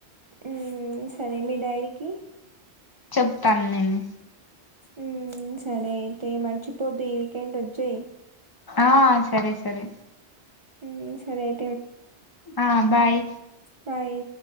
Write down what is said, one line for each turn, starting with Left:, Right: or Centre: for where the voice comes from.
Right: ఉమ్ సరే మీ డైడీకి
Left: చెప్తాను నేను
Right: ఉ సరే అయితే మర్చిపొద్దు ఈ వీకెండ్ వచ్చేయ్
Left: ఆ సరే సరే
Right: ఉ సరే అయి
Left: ఆ బాయ్
Right: బాయ్